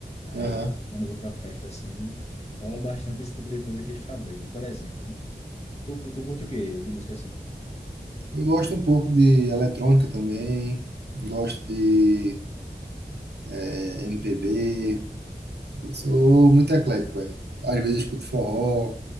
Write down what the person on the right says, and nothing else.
Aham.
Eu gosto um pouco de eletrônica também. Gosto de é, MPB. Eu sou muito eclético, velho. Às vezes eu escuto forró.